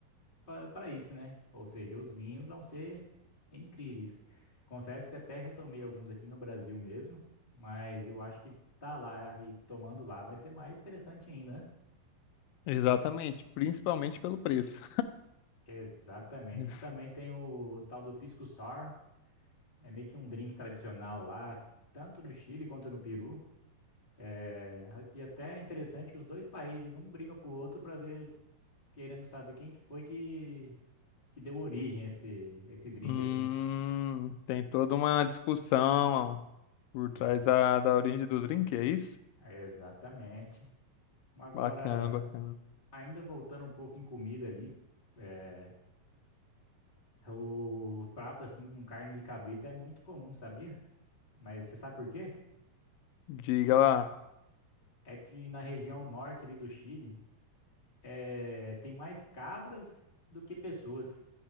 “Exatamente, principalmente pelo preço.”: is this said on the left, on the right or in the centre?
Left